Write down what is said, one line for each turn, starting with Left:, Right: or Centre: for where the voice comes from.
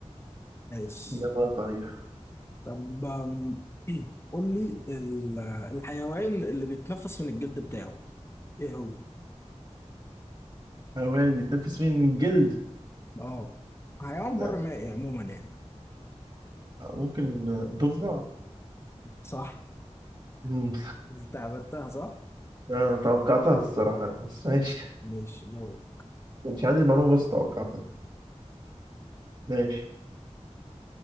Left: ماشي
Right: إجابة صحيحة
Left: طب آم، <clears throat> قول لي ال- الحيوان اللي بيتنفس من الجلد بتاعه ايه هو؟
Right: حيوان بيتنفس من الجلد
Left: اه حيوان
Right: ده
Left: بر مائي عموما يعني
Right: ممكن ضفدع
Left: صح
Right: مم.
Left: انت عبدتها صح؟
Right: آه، توقعتها الصراحة بس ماشي
Left: ماشي دورك
Right: كانش عندي المعلومة بس توقعتها ماشي